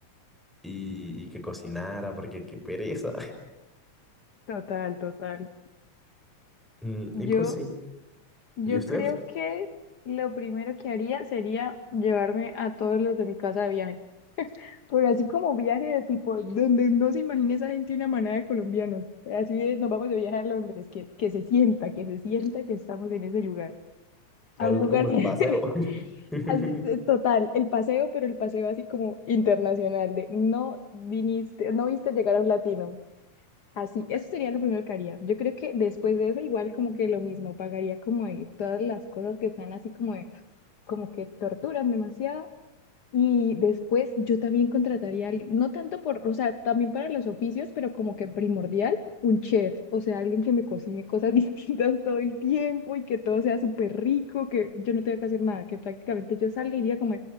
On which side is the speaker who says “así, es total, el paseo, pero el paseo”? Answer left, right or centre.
Left